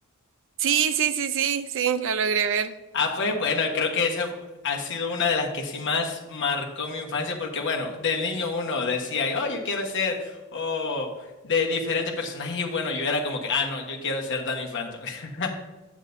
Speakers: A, on the right; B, on the left.
A: Sí, sí, sí, sí, sí, la logré ver.
B: Ah, pues bueno, creo que esa ha sido una de las que sí más marcó mi infancia, porque bueno, de niño uno decía, oh, yo quiero ser, o de diferentes personajes, y bueno, yo era como que, ah, no, yo quiero ser Danny Phantom. <laughs>